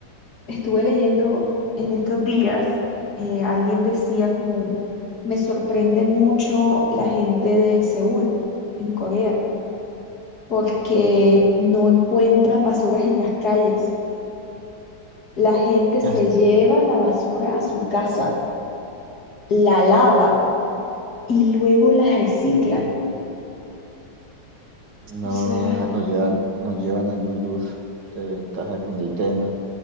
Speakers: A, on the left; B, on the right.
A: estuve leyendo en estos días, eh, alguien decía como, me sorprende mucho la gente de Seúl, en Corea, porque no encuentran basuras en las calles. La gente se
B: As-
A: lleva la basura a su casa, la lava y luego la reciclan.
B: No,
A: O sea,
B: nos llevan, nos llevan años luz de ventaja con el tema.